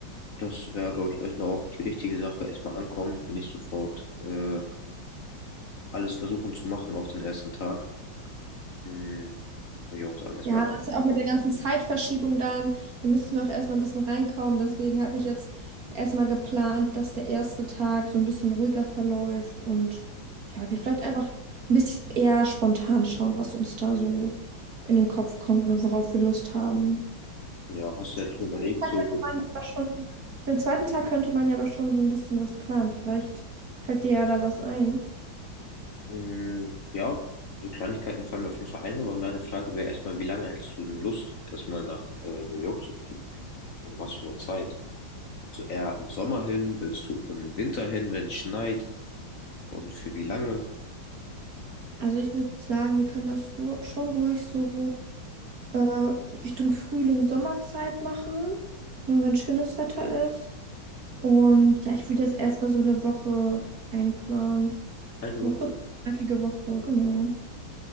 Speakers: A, on the left; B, on the right.
A: das wäre, glaube ich, erstmal auch die richtige Sache. Erstmal ankommen, nicht sofort äh, alles versuchen zu machen auf den ersten Tag. Mhm. Würde ich auch sagen, erstmal
B: Ja,
A: ankommen.
B: das ist auch mit der ganzen Zeitverschiebung dann. Da müssen wir auch erstmal ein bisschen reinkommen. Deswegen habe ich jetzt erstmal geplant, dass der erste Tag so ein bisschen ruhiger verläuft und ja, wir vielleicht einfach ein bisschen eher spontan schauen, was uns da so in den Kopf kommt und worauf wir Lust haben.
A: Ja, hast
B: Für
A: du jetzt schon
B: den
A: überlegt,
B: zweiten Tag
A: so,
B: könnte man ja aber schon, für den zweiten Tag könnte man ja aber schon so ein bisschen was planen. Vielleicht fällt dir ja da was ein.
A: mhm, ja, so Kleinigkeiten fallen mir auf jeden Fall ein, aber meine Frage wäre erstmal, wie lange hättest du denn Lust, erstmal nach äh, New York zu fliegen? Und was für eine Zeit? So eher im Sommer hin? Willst du im Winter hin, wenn es schneit? Und für wie lange?
B: Also ich würde sagen, wir können das ru schon ruhig so. äh, Richtung Frühling, Sommerzeit machen, ne, wenn schönes Wetter ist. Und ja, ich würde jetzt erstmal so eine Woche einplanen.
A: Eine
B: Eine
A: Woche?
B: kurze, knackige Woche, genau.